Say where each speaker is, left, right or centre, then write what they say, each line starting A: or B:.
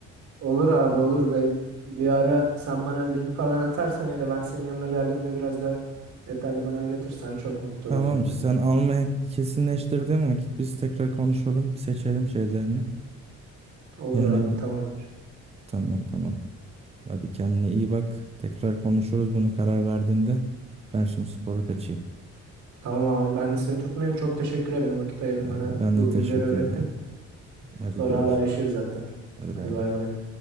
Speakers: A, on the right; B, on the right.
A: Olur abi olur. Be. Bir ara sen bana link falan atarsan ya da ben senin yanına geldiğimde biraz da detaylı bana öğretirsen çok mutlu
B: Tamam
A: olurum
B: işte,
A: yani.
B: sen almaya kesinleştirdiğin vakit biz tekrar konuşalım seçelim şeylerini.
A: Olur
B: Yani
A: abi tamamdır.
B: tamam tamam. Hadi kendine iyi bak. Tekrar konuşuruz bunu karar verdiğinde. Ben şimdi spora kaçayım.
A: Tamam abi ben de seni tutmayayım. Çok teşekkür ederim vakit ayırdın
B: Ben
A: bana bu
B: de teşekkür
A: bilgileri öğrettin.
B: ederim. Hadi
A: Sonra
B: görüşürüz.
A: haberleşiriz zaten.
B: Hadi
A: Hadi
B: bay
A: bay
B: bay.
A: bay.